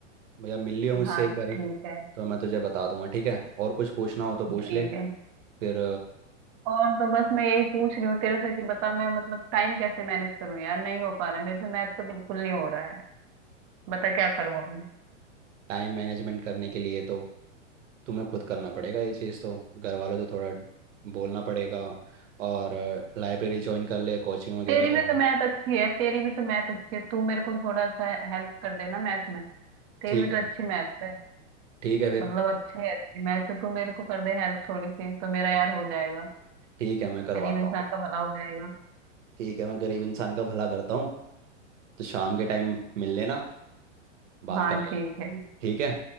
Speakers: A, on the right; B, on the right.
A: भैया मिल लियो मुझसे
B: हाँ
A: एक बारी
B: ठीक है
A: तो मैं तुझे बता दूंगा ठीक है और कुछ पूछना हो तो पूछ
B: ठीक
A: ले
B: है
A: फिर
B: और तो बस मैं यही पूछ रही हूँ तेरे से कि बता मैं मतलब टाइम कैसे मैनेज करूँ यार नहीं हो पा रहा मेरे से मैथ तो बिल्कुल नहीं हो रहा है बता क्या करूँ अब मैं
A: टाइम मैनेजमेंट करने के लिए तो तुम्हें खुद करना पड़ेगा ये चीज़ तो घर वालों से थोड़ा बोलना पड़ेगा और लाइब्रेरी ज्वाइन कर ले कोचिंग वगैरह
B: तेरी भी
A: कर लो
B: तो मैथ अच्छी है तेरी भी तो मैथ अच्छी है तू मेरे को थोड़ा सा हेल्प कर देना मैथ में तेरी
A: ठीक
B: भी तो
A: है
B: अच्छी मैथ है
A: ठीक है फिर
B: मतलब अच्छे है तेरी मैथ तो तू मेरे को कर दे हेल्प थोड़ी सी तो मेरा यार हो जाएगा
A: ठीक है मैं करवाता
B: गरीब इंसान
A: हूँ
B: का भला हो जाएगा
A: ठीक है मैं गरीब इंसान का भला करता हूँ तो शाम के टाइम मिल लेना बात
B: हाँ
A: कर लेंगे
B: ठीक है
A: ठीक है